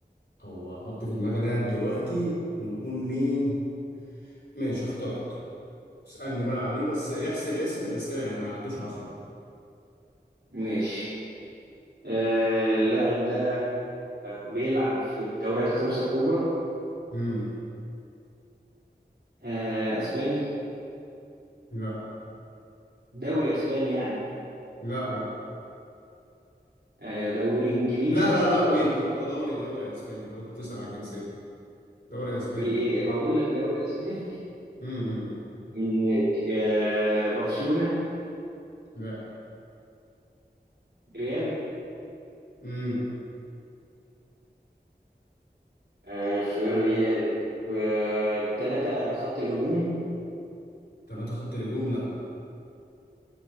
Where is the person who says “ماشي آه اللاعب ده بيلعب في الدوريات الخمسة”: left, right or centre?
Right